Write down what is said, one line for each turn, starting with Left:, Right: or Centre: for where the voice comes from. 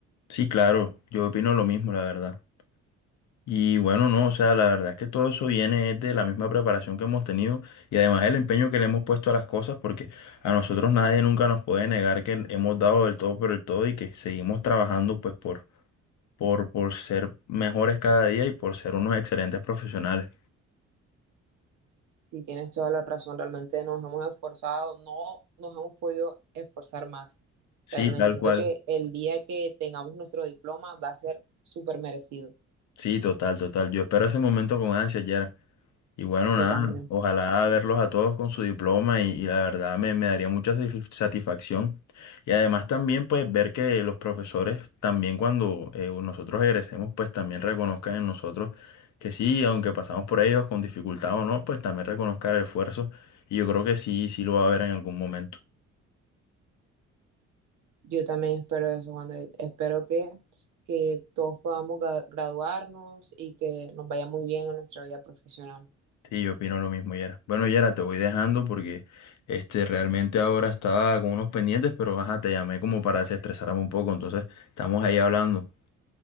Left: Sí, claro, yo opino lo mismo, la verdad. Y bueno, no, o sea, la verdad es que todo eso viene es de la misma preparación que hemos tenido y además el empeño que le hemos puesto a las cosas, porque a nosotros nadie nunca nos puede negar que hemos dado del todo por el todo y que seguimos trabajando pues por, por, por ser mejores cada día y por ser unos excelentes profesionales.
Right: Sí, tienes toda la razón. Realmente nos hemos esforzado, no nos hemos podido esforzar más.
Left: Sí,
Right: Realmente
Left: tal
Right: siento
Left: cual.
Right: que el día que tengamos nuestro diploma va a ser súper merecido.
Left: Sí, total, total. Yo espero ese momento con ansia, Yera. Y bueno,
Right: Yo
Left: nada,
Right: también.
Left: ojalá verlos a todos con su diploma y, y la verdad me, me daría mucha satisf- satisfacción. Y además también pues ver que los profesores también cuando eh, nosotros egresemos pues también reconozcan en nosotros que sí, aunque pasamos por ellos con dificultad o no, pues también reconozcan el esfuerzo. Y yo creo que sí, sí lo va a ver en algún momento.
Right: Yo también espero eso, Juan David. Espero que, que todos podamos gra- graduarnos y que nos vaya muy bien en nuestra vida profesional.
Left: Sí, yo opino lo mismo, Yera. Bueno, Yera, te voy dejando porque este realmente ahora estaba con unos pendientes, pero ajá, te llamé como para desestresarme un poco, entonces estamos ahí hablando.